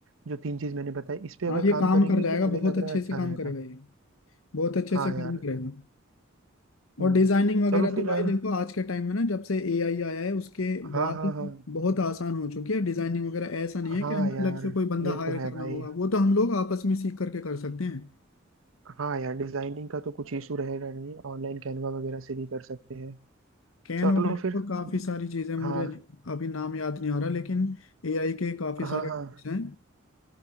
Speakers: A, on the right; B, on the left.
A: जो तीन चीज़ मैंने बताई इस पे अगर
B: हाँ ये
A: काम
B: काम
A: करेंगे
B: कर जाएगा
A: तो मुझे
B: बहुत
A: लग
B: अच्छे
A: रहा है अच्छा
B: से काम
A: रहेगा
B: करेगा ये बहुत अच्छे
A: हाँ
B: से काम
A: यार
B: करेगा
A: हम्म
B: और डिजाइनिंग वगैरह
A: चलो फिर
B: तो भाई
A: यार
B: देखो आज के टाइम में ना जब से एआई आया है उसके बाद
A: हाँ हाँ हाँ
B: बहुत आसान हो चुकी है डिजाइनिंग वगैरह ऐसा नहीं है
A: हाँ
B: कि हमें
A: यार
B: अलग से कोई बंदा
A: ये
B: हायर
A: तो है
B: करना
A: भाई
B: होगा वो तो हम लोग आपस में सीख करके कर सकते हैं
A: हाँ यार डिजाइनिंग का तो कुछ इशू रहेगा नहीं ऑनलाइन कैनवा वगैरह से भी कर सकते हैं
B: कैनवा
A: चलो
B: है
A: फिर
B: और काफी सारी चीजें मुझे
A: हाँ
B: अभी नाम याद नहीं आ रहा लेकिन एआई के काफी
A: हाँ
B: सारे tools
A: हाँ
B: हैं